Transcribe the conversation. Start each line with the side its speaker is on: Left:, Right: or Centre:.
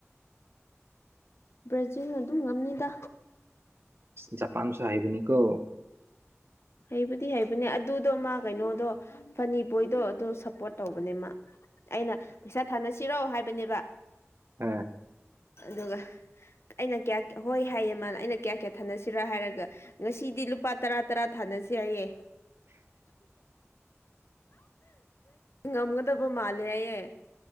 Left: ꯕ꯭ꯔꯥꯖꯤꯜ ꯑꯗꯨꯝ ꯉꯝꯅꯤꯗ
Right: ꯖꯄꯥꯟꯁꯨꯣꯍꯏꯕꯅꯤ ꯀ
Left: ꯍꯩꯕꯨꯗꯤ ꯍꯩꯕꯅꯦ ꯑꯗꯨꯗꯣ ꯃꯥ ꯀꯩꯅꯣꯗꯣ ꯐꯅꯤꯕꯣꯏꯗꯣ ꯑꯗꯨꯗꯣ ꯁꯞꯄꯣꯔꯠ ꯇꯧꯕꯅꯦ ꯃꯥ ꯑꯩꯅ ꯄꯩꯁꯥ ꯊꯥꯅꯁꯤꯔꯣ ꯍꯥꯏꯕꯅꯦꯕ
Right: ꯑꯝ
Left: ꯑꯗꯨꯒ ꯑꯩꯅ ꯀꯌꯥ ꯍꯣꯏ ꯍꯥꯏꯌꯦ ꯃꯥ ꯑꯩꯅ ꯀꯌꯥ ꯀꯌꯥ ꯊꯅꯁꯤꯔꯥ ꯍꯥꯏꯔꯒ ꯉꯁꯤꯗꯤ ꯂꯨꯄꯥ ꯇꯔꯥ ꯇꯔꯥ ꯊꯥꯅꯁꯦ ꯍꯥꯏꯏꯌꯦ ꯉꯝꯒꯗꯕꯃꯥ ꯂꯌꯥ